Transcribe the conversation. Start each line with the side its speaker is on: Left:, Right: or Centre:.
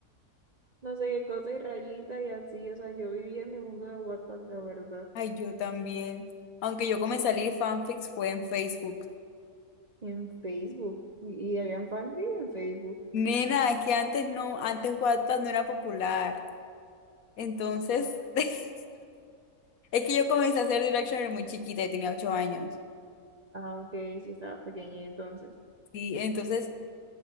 Right: <laughs> no sé qué cosa y Rayita y así. O sea, yo vivía en mi mundo de Wattpad, la verdad,
Left: Ay, yo también. Aunque yo comencé a leer fanfics fue en Facebook.
Right: en Facebook. Y, y habían fanfic en Facebook.
Left: Nena, es que antes no, antes Wattpad no era popular. Entonces, <laughs> es que yo comencé a hacer Directioner muy chiquita, yo tenía ocho años.
Right: Ah, ok, sí estaba pequeña y entonces.
Left: Sí, entonces,